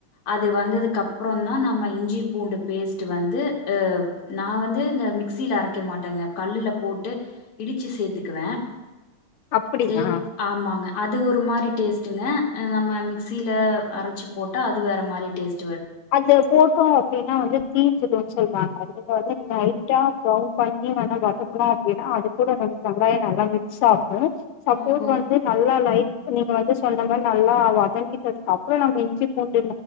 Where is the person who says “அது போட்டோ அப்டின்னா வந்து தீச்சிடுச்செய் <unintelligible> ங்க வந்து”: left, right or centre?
Left